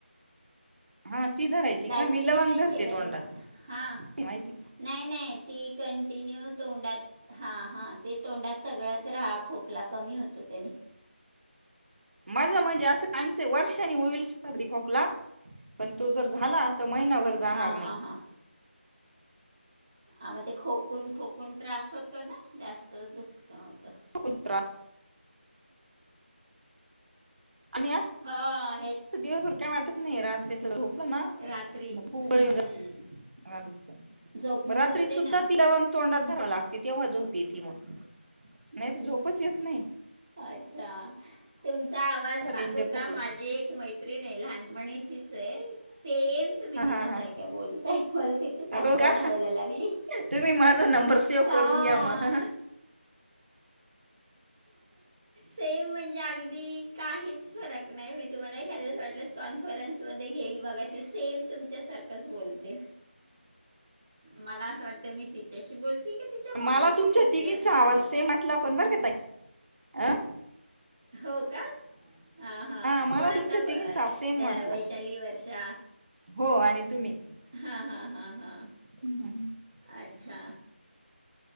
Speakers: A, on the right; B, on the right.
A: हा ती धरायची
B: दालचिनी
A: का मी लवंग
B: माहिती
A: धरते
B: आहे
A: तोंडात.
B: का तुम्हाला हां
A: माहिती
B: नाही नाही ती कंटिन्यू तोंडात हा हा ते तोंडात चगळत रहा खोकला कमी होतो त्यांने.
A: माझ म्हणजे असं कायमच वर्षानी होईल सर्दी, खोकला पण तो जर झाला तर महिनाभर जाणार
B: हां
A: नाही.
B: हां हां आ मग ते खोकून खोकून त्रास होतो ना जास्त <unintelligible>
A: <inaudible> आणि असं
B: हा.
A: दिवसभर काय वाटत नाही. रात्रीच झोपलं ना मग
B: रात्री
A: मरगळून
B: हम्म.
A: जात.
B: झोपमोड
A: मग रात्री
B: होते
A: सुद्धा
B: ना
A: ति लवंग तोंडात धराव लागत. तितीे माजू. पिती मग. नाही त झोपच येत नाही.
B: अच्छा तु तुमचा आवाज सांगू
A: असा डेंजर खोकला
B: का माझी एक मैत्रीण आहे लहानपणीची तेच सेम तुम्ही
A: हा
B: तिच्यासारख्या
A: हा हा
B: बोलताय, मला तिचीच आठवण
A: हो का
B: व्हायला लागली.
A: तुम्ही माझा नंबर सेव्ह
B: हम् हम्. हा.
A: करून घ्या मग
B: सेम म्हणजे अगदी काहीच फरक नाही मी तुम्हाला एखाद्या वेळेस वाटलेस कॉन्फरन्स घेईल बघा ती सेम तुमच्या सारखच बोलते. मला असं वाटतं मी तिच त्याशी बोलते. की तिच्या
A: मला
B: मम्मीशी
A: तुमच्या
B: बोलते
A: तिघींचा
B: असं झालं
A: आवाज सेम म्हटला पण बर का त आं.
B: हो का हा हा
A: मला
B: कोणाचा
A: तुमच्या तिघींचा सेम
B: त्या
A: वाटला
B: वैशाली, वर्षा,
A: हो आणि तुम्ही
B: हा हा हा हा.
A: तुम-
B: अच्छा